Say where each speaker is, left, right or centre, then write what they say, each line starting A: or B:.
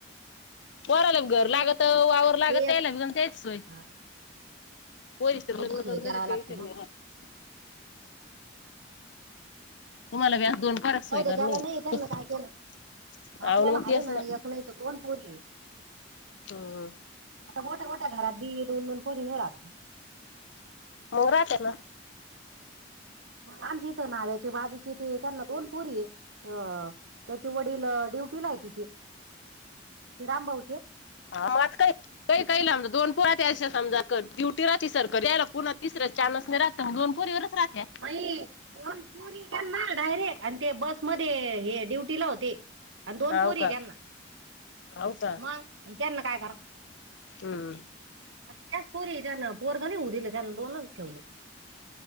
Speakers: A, on the left; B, on the right.
A: पोराला घर लागत
B: मग
A: वावर
B: ते
A: लागत
B: एक-
A: यायला त्याचसोय
B: हा,
A: पोरीच
B: त्यांची
A: तर लग्न
B: सोय
A: करून
B: करावी
A: दिलं, काही
B: लागते
A: टेंशन
B: मग
A: नहीं राहत, तुम्हाला व्यास दोन रसोई
B: जाऊ द्या
A: घर
B: ज्याला
A: नहीं,
B: नाही त्यांना
A: अव
B: काय केलं आपल्याला
A: ना मग
B: आहे
A: तेच ना,
B: एक नाही तर दोन पोरी आहे.
A: हम्म
B: आता मोठ्या मोठ्या घरात बी दोन दोन पोरी नही रात.
A: मंग राहत्याना,
B: आमच्या इथं नाव्याचे बाजूचे तेे त्यांना दोन पोरी हे. अ त्याचे वडील ड्युटी ला आहेते, ते रामभाऊचे.
A: हा मात काय, काही काहीला मज दोन पुळात त्याष समजा डुटी राची सरकारी, त्याला पुन्हा तिसऱ्या चान्स नहीं रात दोन पोरी वरच राहत्या
B: ती, दोन पूरी हे त्याना डायरेक्ट, आणि ते बसमध्ये हे ड्युटी ला होते, आणि दोन
A: हाव
B: पोरी
A: का
B: हे त्यांना,
A: हाव का
B: मग, त्यांना काय करा
A: हम्म
B: आ त्याच पोरी त्यांना, पोरग नहीं होऊ दिले त्यांनं दोनच ठेवले.